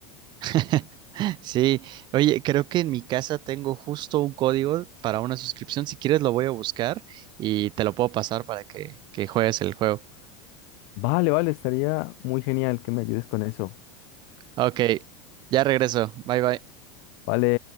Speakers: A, on the right; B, on the left.
A: <laughs> Sí, oye, creo que en mi casa tengo justo un código para una suscripción. Si quieres lo voy a buscar y te lo puedo pasar para que, que juegues el juego.
B: Vale, vale, estaría muy genial que me ayudes con eso.
A: Ok, ya regreso. Bye bye.
B: Vale.